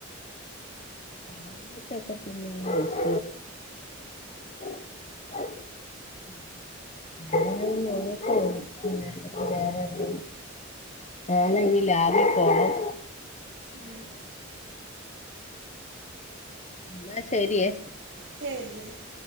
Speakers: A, on the left (about 35°); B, on the right (about 60°).
A: സാർഗത്തൊക്കെ പിന്നെ വി <inaudible> <inaudible> <inaudible> <unintelligible> നാളെ ഇനി ലാബി പോണം
B: മ്
A: എന്നാ ശരിയേ
B: ശരിത <unintelligible>